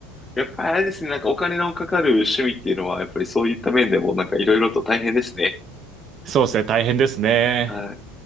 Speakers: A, on the left; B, on the right.
A: やっぱりあれですね、なんかお金のかかる趣味っていうのは、やっぱりそういった面でもなんかいろいろと大変ですね。
B: <laughs> そうですね。大変ですね。
A: はい